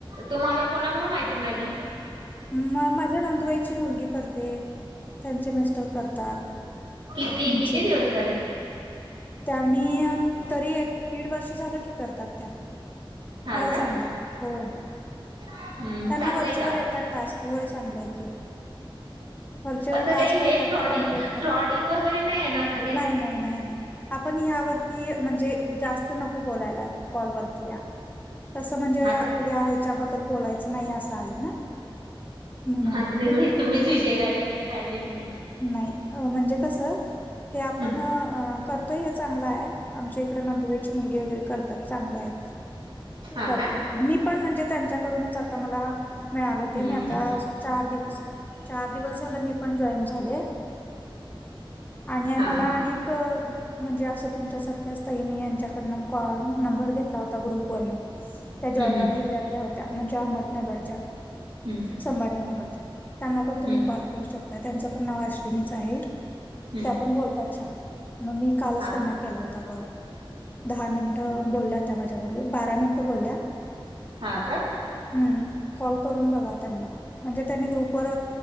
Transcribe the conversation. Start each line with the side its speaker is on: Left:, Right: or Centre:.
Right: तुम्हाला कोणाकडून माहिती मिळाली?
Left: म माझ्या नंदुबाईची मुलगी करते त्यांचे मिस्टर करतात.
Right: किती
Left: म्हणजे
Right: किती दिवस झाले?
Left: त्यांनी तरी एक दीड वर्ष झालं की करतात त्या
Right: हा
Left: आहे
Right: का
Left: चांलं होय.
Right: हम्म
Left: त्यांना
Right: चांगलंय
Left: वरचेवर
Right: का
Left: येतात टास्क होय चांगलाय की. वरचेवर
Right: असं
Left: टास्क
Right: काही हे
Left: येतात
Right: फ्रॉडिंग
Left: ते कमप्लीट कर
Right: फ्रॉडिंग वगैरे नाही आहे ना असं काही
Left: नाही नाही नाही नाही. आपण यावरती म्हणजे जास्त नको बोलायला कॉलवररती या तस म्हणजे
Right: हा
Left: हच्याबद्ल बोलायचं नाही असं आ ना? म्हणून
Right: ह
Left: म्हण-
Right: तुम्हीच विजय काढल कथे काढलेच नाही.
Left: नाही म्हणजे कस हे आपण
Right: हम्म
Left: करत हे चांगलं आहे आमच्या इकडे नंदुबाईची मुलगी वगैरे करत चांगलं आहे
Right: हा
Left: करतात
Right: का
Left: मी पण म्हणजे त्यांच्याकडूनच आता मला मिळालं
Right: हम्म
Left: ते मी आता चार दिवस चार दिवस झालं मी पण जॉईन झाले. आणि
Right: हा
Left: मला
Right: हा
Left: आणिक म्हणजे असे तुमच्यासारखे असताई मी यांच्याकडन कॉल नंबर घेतला होता ग्रुपवरन त्या जळगाव
Right: हम्म हम्म
Left: जिल्ह्यातल्या होत्या म्हणजे अहमदनगरच्या,
Right: हम्म
Left: संभाजीनगरच्या त्यांना पण तुम्ही
Right: हम्म
Left: कॉल करू शकता त्यांचं पण नाव अश्विनीच आहे
Right: हम्म
Left: त्या पण बोलतात छान. मग मी कालच
Right: हा
Left: त्यांना ला होता कॉल दहा मिनिट बोलल्या त्या माझ्याबरोबर बारा मिनिट बोलल्या
Right: हा का?
Left: ह् कॉल करून बघा त्यांना म्हणजे त्यांनी ग्रुपवर